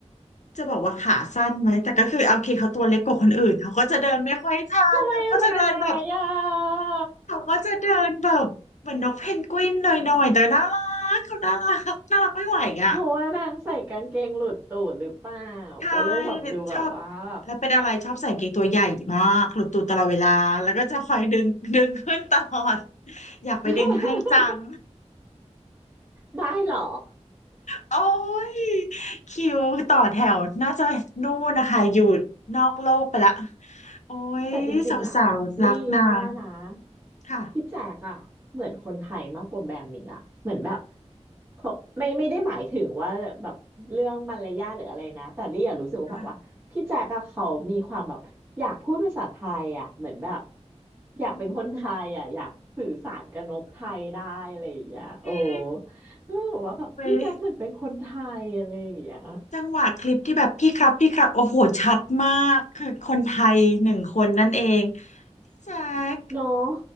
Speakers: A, on the left (about 80°); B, on the right (about 20°).
A: จะบอกว่าขาสั้นไหมแต่ก็คือเอาโอเคเขาตัวเล็กกว่าคนอื่นเขาก็จะเดินไม่ค่อยทันเขาก็จะเดินแบบ
B: ทำไมร้ายอ่ะ
A: เขาก็จะเดินแบบเหมือนนกเพนกวินหน่อยๆแต่น่ารักเขาน่ารักน่ารักไม่ไหวอ่ะ
B: <laughs> เพราะว่านางใส่กางเกงหลุดตูดหรือเปล่า
A: ใช่
B: ก็เลยแบบดูแบบว่าแบบ
A: ชอบแล้วเป็นอะไรชอบใส่กางเกงตัวใหญ่มากหลุดตูดตลอดเวลาแล้วก็จะคอยดึงดึงขึ้นตลอดอยากไปดึงให้จัง
B: <laughs> ได้เหรอ
A: โอ้ยคิวต่อแถวน่าจะนู่นนะคะอยู่นอกโลกไปละโอ้ย
B: แต่จริงๆอ่ะลี่ว่านะ
A: สาวๆรักนางค่ะ
B: พี่แจกอ่ะเหมือนคนไทยมากกว่าแบมอีกอ่ะเหมือนแบบเขาไม่ไม่ได้หมายถึงว่าแบบเรื่องมารยาทหรืออะไรนะแต่ลี่อะรู้สึกว่าแบบว่าพี่แจกอะเขามีความแบบอยากพูดภาษาไทยอ่ะเหมือนแบบ
A: ค่ะ
B: อยากเป็นคนไทยอ่ะอยากสื่อสารกับนกไทยได้อะไรอย่างเงี้ยโอ้
A: อืมจริง
B: ก็บอกว่าแบบพี่แจ็คเหมือนเป็นคนไทยอะไรอย่างเงี้ย
A: เว้ย จังหวะคลิปที่แบบพี่ครับพี่ครับโอ้โหชัดมากคือคนไทยหนึ่งคนนั่นเองแซก
B: เนาะ